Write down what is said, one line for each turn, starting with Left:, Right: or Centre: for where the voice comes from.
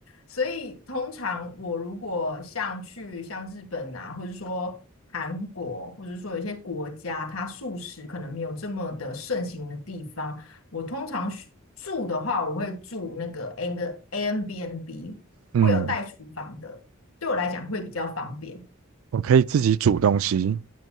Left: 所以通常我如果像去像日本啊，或者说韩国，或者说有些国家，它素食可能没有这么的盛行的地方，我通常是住的话，我会住那个 a 个 a n b n b
Right: 嗯，
Left: 会有带厨房的，对我来讲会比较方便。
Right: 我可以自己煮东西。